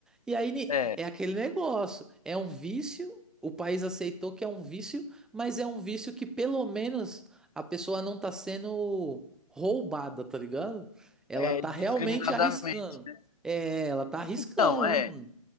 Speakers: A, in the centre; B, on the left (about 80°).
A: E aí ni-
B: é,
A: é aquele negócio, é um vício. O país aceitou que é um vício mas é um vício que pelo menos a pessoa não tá sendo roubada, tá ligado? Ela
B: é,
A: tá
B: discriminadamente.
A: realmente arriscando. É, ela tá arriscando,
B: Não, é.
A: né, mano?